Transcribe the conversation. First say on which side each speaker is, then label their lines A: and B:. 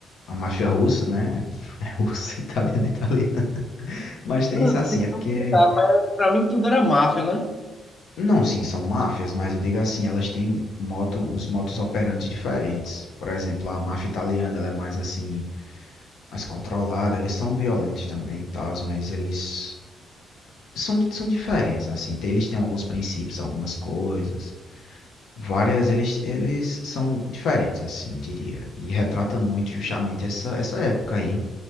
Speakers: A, on the left (about 65°); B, on the left (about 25°).
A: A máfia russa, né? <laughs> É russa, italiana, italiana. Mas tem
B: Não,
A: isso assim,
B: sei que
A: é porque
B: é um lugar, mas pra mim tudo era máfia, né?
A: Não, sim, são máfias, mas eu digo assim, elas têm moto, uns motos operantes diferentes. Por exemplo, a máfia italiana, ela é mais assim, mais controlada, eles são violentos também, tá? Mas eles são, são diferentes, assim, tem- eles têm alguns princípios, algumas coisas. Várias, eles, eles são diferentes, assim, eu diria. E retrata muito justamente essa, essa época aí